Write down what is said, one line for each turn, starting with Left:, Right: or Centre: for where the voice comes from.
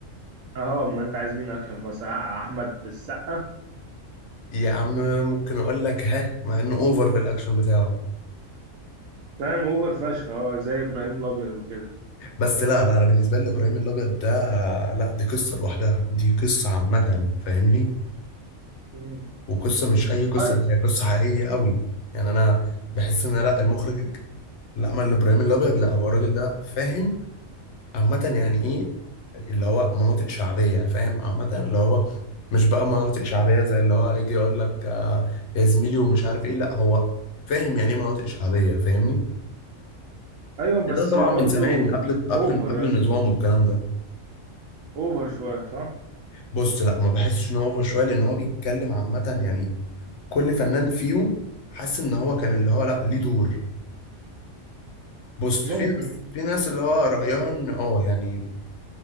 Right: اه ما انت عايز مين اكشن في مصر؟ آه، احمد السقا
Left: يا عم ممكن اقول لك ها مع انه اوفر في الاكشن بتاعه
Right: فاهم اوفر فشخ اه زي ابراهيم الابيض وكده
Left: بس لا لا انا بالنسبه لي ابراهيم الابيض ده لا دي قصه لوحدها دي قصه عامه فاهمني
Right: مم.
Left: وقصه مش اي قصه
Right: طيب
Left: هي قصه حقيقيه قوي يعني انا بحس ان لا المخرج لا ما الابراهيم الابيض لا هو الراجل ده فاهم عامه يعني ايه اللي هو مناطق شعبيه فاهم عامه اللي هو مش بقى مناطق شعبيه زي اللي هو يجي يقول لك آه يا زميلي ومش عارف ايه لا هو فاهم يعني ايه مناطق شعبيه فاهمني
Right: ايوه
Left: يعني
Right: بس
Left: ده طبعا
Right: برضو
Left: من زمان قبل قبل
Right: اوفر
Left: قبل
Right: يا اسطى
Left: النظام والكلام ده
Right: اوفر شوية صح؟
Left: بص لا ما بحسش ان هو اوفر شويه لان هو بيتكلم عامه يعني كل فنان فيهم حاسس ان هو كان اللي هو لا ليه دور بص
Right: ممكن
Left: في ناس في ناس اللي هو رايها ان اه يعني